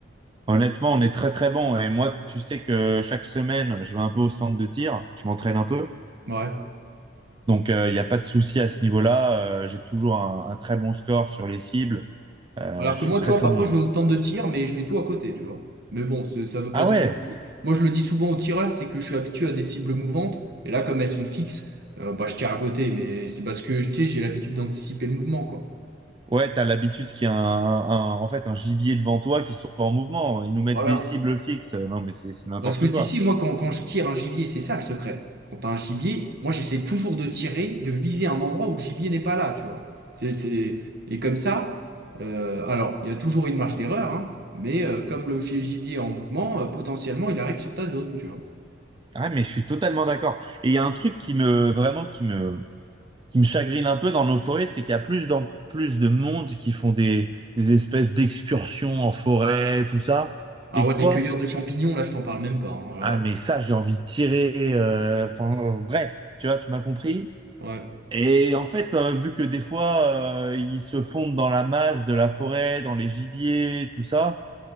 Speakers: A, on the right (about 25°); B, on the right (about 50°).
A: honnêtement, on est très, très bon. Et moi, tu sais que chaque semaine, je vais un peu au stand de tir. Je m'entraîne un peu.
B: Ouais.
A: Donc, il n'y a pas de souci à ce niveau-là. Euh, j'ai toujours un, un très bon score sur les cibles. Euh,
B: Alors
A: je
B: que
A: suis
B: moi,
A: très,
B: tu vois,
A: très
B: parfois,
A: bon
B: je
A: là.
B: vais au stand de tir, mais je mets tout à côté, tu vois. Mais bon, c'est- ça veut pas
A: Ah
B: dire
A: ouais,
B: grand-chose. Moi, je le dis souvent aux tireurs, c'est que je suis habitué à des cibles mouvantes. Et là, comme elles sont fixes, euh, bah, je tire à côté. Mais c'est parce que, tu sais, j'ai l'habitude d'anticiper le mouvement, quoi.
A: Ouais, t'as l'habitude qu'il y a un, un- en fait, un gibier devant toi qui soit en mouvement. Ils nous mettent
B: Voilà.
A: des cibles fixes. Non, mais c'est c'est n'importe
B: Parce que tu
A: quoi.
B: sais, moi, quand, quand je tire un gibier, c'est ça le secret. Quand t'as un gibier, moi, j'essaie toujours de tirer, de viser un endroit où le gibier n'est pas là, tu vois. C'est, c'est... Et comme ça, euh, alors, il y a toujours une marge d'erreur, hein, mais euh, comme le gibier est en mouvement, euh, potentiellement, il arrive sur ta zone, tu vois.
A: Ah, mais je suis totalement d'accord. Et il y a un truc qui me, vraiment, qui me, qui me chagrine un peu dans nos forêts, c'est qu'il y a plus dans, plus de monde qui font des, des espèces d'excursions en forêt, tout ça.
B: Ah
A: Et
B: ouais,
A: toi,
B: les cueilleurs de champignons, là, je t'en parle même pas. hein. Alors,
A: ah, mais ça, j'ai envie de tirer, euh, enfin, bref, tu vois, tu m'as compris?
B: ouais,
A: Et en fait, euh, vu que des fois, euh, ils se fondent dans la masse de la forêt, dans les gibiers, tout ça,